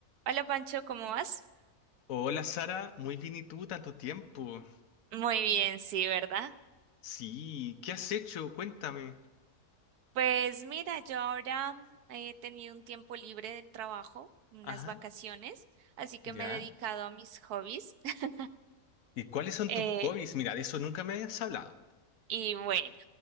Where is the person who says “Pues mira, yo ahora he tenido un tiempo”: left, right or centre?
Right